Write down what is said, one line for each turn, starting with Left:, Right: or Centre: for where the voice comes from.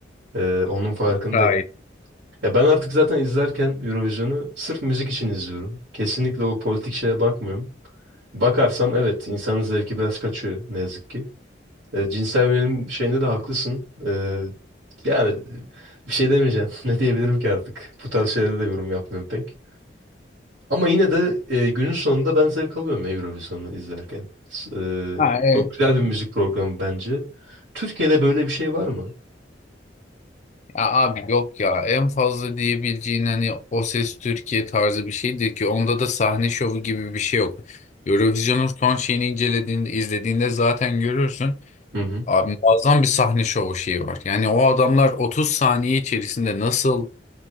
Right: Ee, onun farkındayım.
Left: Gayet.
Right: Ya ben artık zaten izlerken Eurovision'u sırf müzik için izliyorum. Kesinlikle o politik şeye bakmıyorum. Bakarsam evet insanın zevki biraz kaçıyor ne yazık ki. Ee, cinsel yönelim şeyinde de haklısın. Ee, yani bir şey demeyeceğim. <laughs> Ne diyebilirim ki artık? Bu tarz şeylere de yorum yapmıyorum pek. Ama yine de e, günün sonunda ben zevk alıyorum ya Eurovision'u izlerken. S- e,
Left: Ha, evet.
Right: çok güzel bir müzik programı bence. Türkiye'de böyle bir şey var mı?
Left: Ya abi yok ya en fazla diyebileceğin hani O Ses Türkiye tarzı bir şeydir ki onda da sahne şovu gibi bir şey yok. Eurovision'un son şeyini incelediğinde izlediğinde zaten görürsün.
Right: Hı hı.
Left: Abi muazzam bir sahne şovu şeyi var. Yani o adamlar 30 saniye içerisinde nasıl